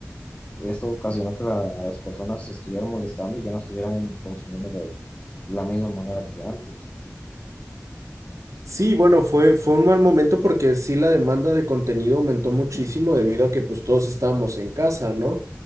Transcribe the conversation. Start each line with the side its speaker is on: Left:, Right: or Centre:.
Left: esto ocasionó que la- las personas se estuvieran molestando y ya no estuvieran consumiendo de la misma manera que antes.
Right: Sí, bueno, fue, fue un mal momento porque sí la demanda de contenido aumentó muchísimo debido a que pues todos estábamos en casa, ¿no?